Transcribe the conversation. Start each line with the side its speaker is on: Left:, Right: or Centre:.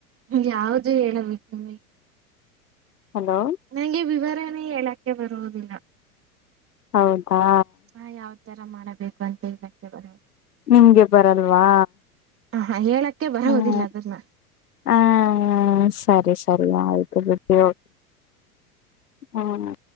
Right: ಯಾವ್ದು ಹೇಳಬೇಕು ನಿಮಗೆ.
Left: ಹಲೋ
Right: ನಂಗೆ ವಿವರಣೆ ಹೇಳಕ್ಕೆ ಬರುವುದಿಲ್ಲ.
Left: ಹೌದಾ
Right: ಹಾ ಯಾವ ತರ ಮಾಡಬೇಕು ಅಂತ ಹೇಳಕ್ಕೆ ಬರ
Left: ನಿಮ್ಗೆ ಬರಲ್ವಾ.
Right: ಅಹಾ ಹೇಳಕ್ಕೆ ಬರೋವುದಿಲ್ಲ
Left: ಹ್ಮ್
Right: ಅದನ್ನ.
Left: ಹ ಸರಿ ಸರಿ ಆಯ್ತು ಬಿಡಿ ಹೊ ಹುನ